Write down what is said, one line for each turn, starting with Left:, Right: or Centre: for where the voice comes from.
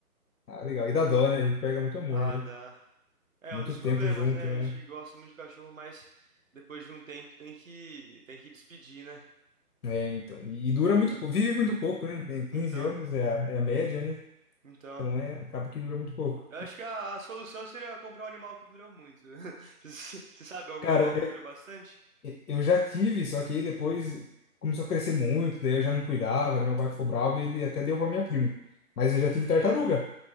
Left: Ah, legal. E dá dó, né? Ele pega muito amor,
Right: Ah,
Left: né?
Right: dá. É
Left: Muito
Right: um dos problemas,
Left: tempo junto,
Right: né? A
Left: né?
Right: gente gosta muito de cachorro, mas depois de um tempo tem que tem que despedir, né?
Left: É, então. E, e dura muito, pou- vive muito pouco, né? Tem quinze
Right: Então,
Left: anos é a, é a média, né?
Right: então,
Left: Então é, acaba que dura muito pouco.
Right: eu acho que a, a solução seria comprar um animal que dura muito. <laughs> Você você sabe algum
Left: Cara,
Right: animal
Left: é-
Right: que dura bastante?
Left: é- eu já tive, só que aí depois começou a crescer muito, daí eu já não cuidava, daí meu pai ficou bravo e ele até deu pra minha prima. Mas eu já tive
Right: O quê?
Left: tartaruga.